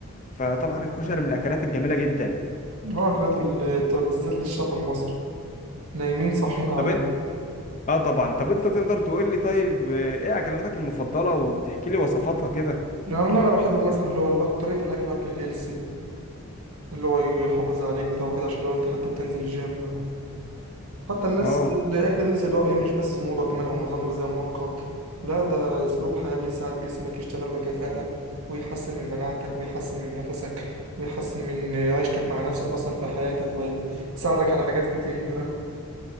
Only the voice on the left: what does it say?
فطبعا الكشري من الاكلات الجميله جدا
طب اه طبعا طب انت تقدر تقول لي طيب آه، ايه اكلاتك المفضله وتحكي لي وصفاتها كده
اه